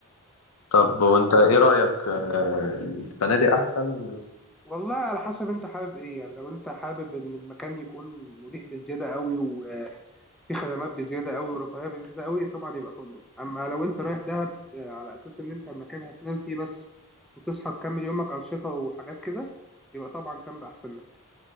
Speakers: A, on the left (about 85°); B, in the centre.
A: طب وانت ايه رأيك آه، الفنادق احسن؟
B: والله على حسب انت حابب ايه يعني لو انت حابب ان المكان يكون مريح بزياده قوي وفي خدمات بزياده قوي ورفاهيه بزياده قوي طبعا يبقى فندق اما لو انت رايح دهب آه، على اساس ان انت مكان هتنام فيه بس وتصحى تكمل يومك انشطه وحاجات كده يبقى طبعا كامب احسن لك